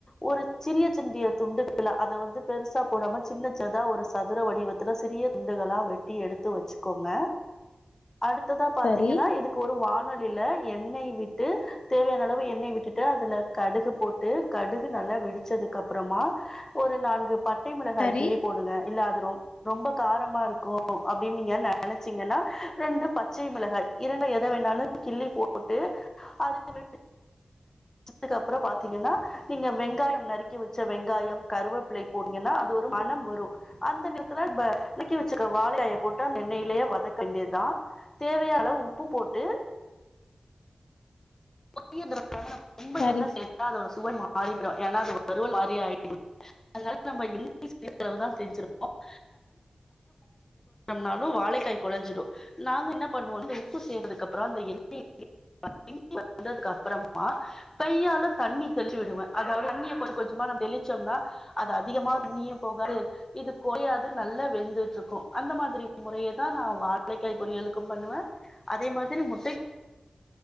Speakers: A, on the left; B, on the left.
A: ஒரு சிறிய ண்டிய துண்டுகள் அத வந்து பெருசா போடாம சின்னச் சின்னதா ஒரு சதுர வடிவத்தில் சிறிய துண்டுகளா வெட் எடுத்து வச்சுகோங்க அடுத்ததா பாத்தீங்கன்னா
B: சரி
A: இதுக்கு ஒரு வானலியில எண்ணெய் விட்டு தேவையான அளவு எண்ணெய் விட்டுட்டு அதுல கடுகு போட் ட்டு கடுகு நல்லா வெடிச்சதுக்கு அப் றமா ஒரு நான்கு பட்டை மிளகாய்
B: சரி
A: கிள்ளி போடுங்க இல்ல அது ரொ ரொம்ப காரமா இருக்கும் அப்டின் நீங்க நெனச்சீங்கன்னா ரெண்டு பச்சை மிளகாய் இரண்டுல எத வேணாலும் கிள்ளி போட்டு அது வெடு ச்சதுக்கப்றோ பாத்தீங்கன்னா நீங்க வெங்காயம் நரு வச்ச வெங்காயம் கருவேப்பிலை போட்டீங்கன்னா அது ஒரு மணம் வரும் அந்த நேரத்துல இப்ப நருக்கி வச்சுருக்க வாழைகாய போட்டு அந்த எண்ணெயிலேயே வதக்க வேண்டியதா தேவையான அளவு உப்பு போட்டு பொரியல்ன்றதுனால நம்ம ரொம்ப
B: சரி,
A: எண்ண சேத்தா அதோட சுவை மாறிடும் ஏன்னா அது வருவல் மாரி ஆயிடும் அதனால நம்ம <inaudible> அளவு தான் செஞ்சிருப்போ <inaudible> <inaudible> ம்னாலும் வாழைக்காய் கொழஞ்சிடும் நாங்க என்ன பண்ணுவோம்ன உப்பு செந்ததுக்கு அப்புறம் அந்த எண்ணெய <inaudible> வெந்ததுக்கு அப்பறமா கையால தண்ணி தெளிச்சு விடுவே அதாவது தண்ணிய கொஞ் கொஞ்சமா நம்ம தெளிச்சோம்னா அது அதிகமா நீயும் போகாது இது குலையாது நல்லா வெந்துட்டு இருக்கும் அந்த மாதிரி முறைய தா நா வாழைக்காய் பொரியலுக்கும் பண்ணுவே அதே மாதிரி முட்டை